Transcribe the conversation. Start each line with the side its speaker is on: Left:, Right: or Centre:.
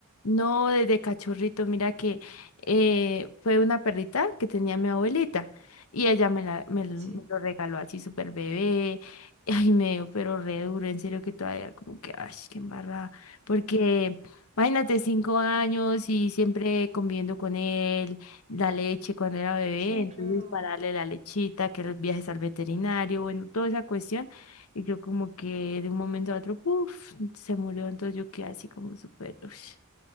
Left: No, desde cachorrito, mira que eh, fue una perrita que tenía mi abuelita y ella me, la, me, l-
Right: Sí,
Left: me lo regaló así súper bebé. <laughs> Ay, me dio pero re duro, en serio que todavía como que, ay, qué embarrada. Porque imagínate, cinco años y siempre conviviendo con él, la leche cuando era bebé,
Right: sí,
Left: entonces
Right: claro.
Left: para darle la lechita, que los viajes al veterinario, bueno, toda esa cuestión. Y yo como que de un momento a otro, puff, se murió, entonces yo quedé así como súper... ush